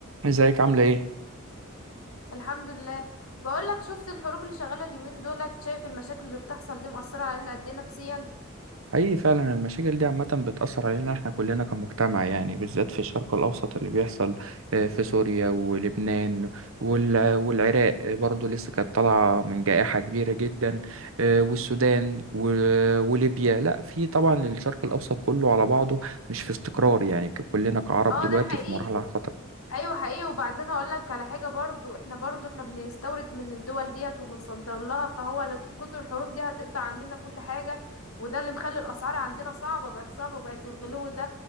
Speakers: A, on the right; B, on the left.
A: ازيك عاملة ايه؟
B: الحمد لله بقولك شفت الحروب اللي شغالة اليومين دولت شايف المشاكل اللي بتحصل دي مأثرة علينا قد ايه نفسيا
A: حقيقي فعلا المشاكل دي عامة بتأثر علينا احنا كلنا كمجتمع يعني بالذات في الشرق الأوسط اللي بيحصل آه، في سوريا ولبنان وال- والعراق آه، برضو لسه كانت طالعة من جائحة كبيرة جدا آه، والسودان و- وليبيا لا في طبعا الشرق الأوسط كله على بعضه مش في استقرار يعني ك- كلنا كعرب
B: اه
A: دلوقتي
B: ده حقيقي
A: في مرحلة خطر
B: ايوه حقيقي وبعدين هقولك على حاجة برضو احنا برضو احنا بنستورد من الدول ديت وبنصدر لها فهو لد- كتر الحروب دي هتقطع عننا كل حاجة وده اللي مخلي الأسعار عندنا صعبة بقت صعبة وبقت الغلو ده